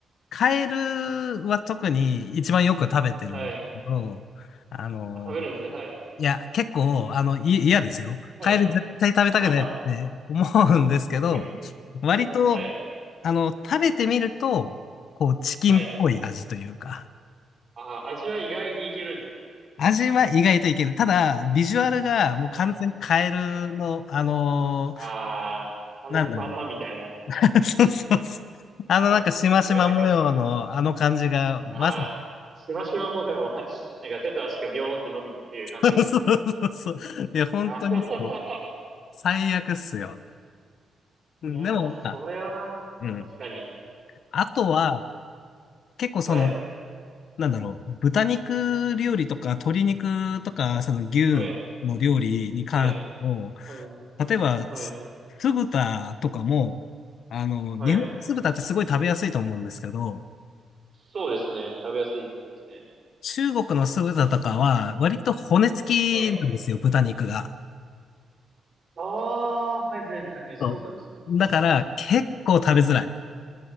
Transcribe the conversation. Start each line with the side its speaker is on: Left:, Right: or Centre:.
Left: カエルは特に一番よく食べてるんですけど、
Right: はい。
Left: あの、
Right: あ、食べるんですね、はい。
Left: いや、結構、あの、い嫌ですよ。
Right: はい。
Left: カエル絶対食べたくないって思うんですけど、
Right: あはは、<laughs>
Left: 割と、
Right: はい、
Left: あの、食べてみると、こう、チキンっぽい味というか、
Right: はい。あ、味は意外にいけるんです。
Left: 味は意外といける。ただ、ビジュアルがもう完全にカエルの、
Right: はい、はい。
Left: あのー
Right: あー、あの、
Left: なんだろ
Right: まんまみたいな。
Left: う。<laughs> そうそうそう。あの、
Right: その姿がなんか、
Left: なんか、しましま模様のあの感じが、まさに、
Right: あー、しましま模様 <laughs> なんか手と足がビョーンって伸びてっていう感じですか
Left: <laughs> そうそうそうそう。いや、本当にそう。
Right: あははは
Left: 最悪っすよ。
Right: <laughs>
Left: うんでも、
Right: いやー、それは、
Left: まあ、うん。
Right: 確かに。
Left: あとは、結構その、
Right: はい、
Left: なんだろう、豚肉料理とか鶏肉とか、その牛の料理に関しても、
Right: はい、はい、はい、
Left: 例えば、
Right: はい、
Left: す酢豚とかも、あの、
Right: はい。
Left: 日本の酢豚ってすごい食べやすいと思うんですけど、
Right: そうですね。食べやすいですね。
Left: 中国の酢豚とかは割と骨付きなんですよ、
Right: はい。
Left: 豚肉が。
Right: ああー、はいはいはいはい、そうなんです。
Left: そうだから結構食べづらい。